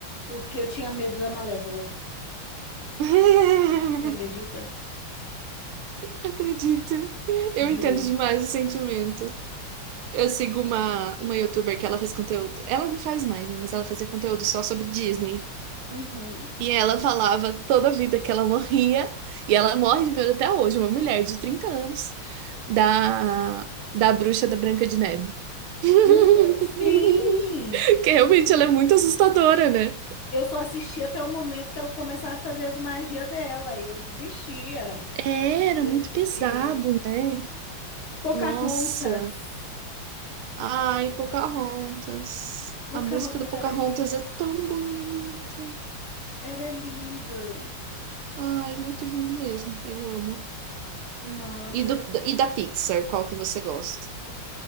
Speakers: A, on the left; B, on the right.
A: porque eu tinha medo da Malévola.
B: <laughs>
A: Você acredita?
B: Acredito. Eu
A: Juro.
B: entendo demais o sentimento. Eu sigo uma, uma youtuber que ela faz conteúdo. Ela não faz mais, né? Mas ela fazia conteúdo só sobre Disney.
A: Uhum.
B: E ela falava toda a vida que ela morria. E ela morre de medo até hoje, uma mulher de trinta anos, da, da bruxa da Branca de Neve. <laughs>
A: Hum, sim!
B: Que realmente ela é muito assustadora, né?
A: Eu só assisti até o momento que ela começava a fazer as magias dela e eu desistia.
B: É, Era
A: Desisti.
B: muito pesado, né?
A: Pocahontas.
B: Nossa. Ai, Pocahontas.
A: Pocahontas
B: A música do Pocahontas
A: era lindo.
B: é tão bonita.
A: Era lindo.
B: Ai, muito lindo mesmo. Eu amo.
A: Nossa,
B: E, do,
A: era...
B: e da Pixar, qual que você gosta?